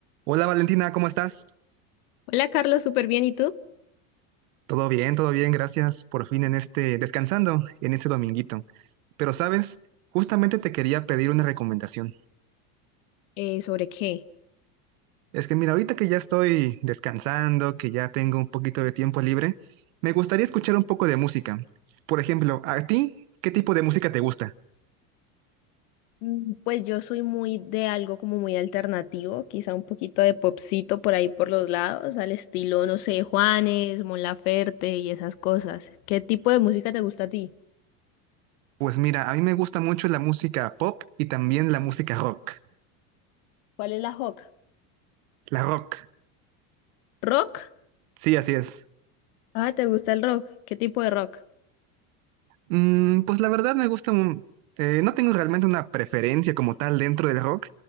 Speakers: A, on the right; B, on the left.
A: Hola Valentina, ¿cómo estás?
B: Hola Carlos, súper bien. ¿Y tú?
A: Todo bien, todo bien, gracias por fin en este, descansando en este dominguito. Pero sabes, justamente te quería pedir una recomendación.
B: Eh, ¿sobre qué?
A: Es que mira, ahorita que ya estoy descansando, que ya tengo un poquito de tiempo libre, me gustaría escuchar un poco de música. Por ejemplo, ¿a ti qué tipo de música te gusta?
B: Mm, Pues yo soy muy de algo como muy alternativo, quizá un poquito de popcito por ahí por los lados, al estilo, no sé, Juanes, Mon Laferte y esas cosas. ¿Qué tipo de música te gusta a ti?
A: Pues mira, a mí me gusta mucho la música pop y también la música rock.
B: ¿Cuál es la rock?
A: La rock,
B: ¿Rock?
A: sí, así es.
B: Ah, ¿te gusta el rock? ¿Qué tipo de rock?
A: Mm, pues la verdad me gusta un- eh, no tengo realmente una preferencia como tal dentro del rock,